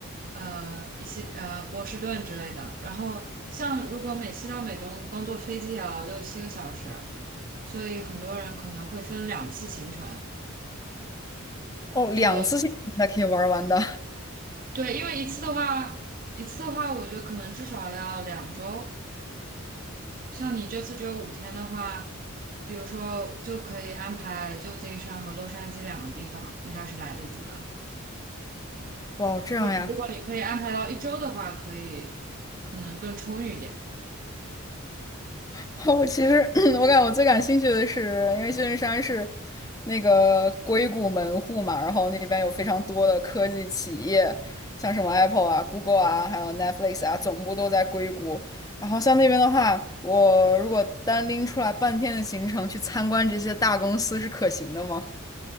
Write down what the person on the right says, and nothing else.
呃一些呃波士顿之类的。然后像如果美西到美东，光坐飞机也要六七个小时，所以很多人可能会分两次行程，
就对，因为一次的话，一次的话，我觉得可能至少要两周。像你这次只有五天的话，比如说就可以安排旧金山和洛杉矶两个地方，应该是来得及的。
或者如果你可以安排到一周的话，可以可能更充裕一点。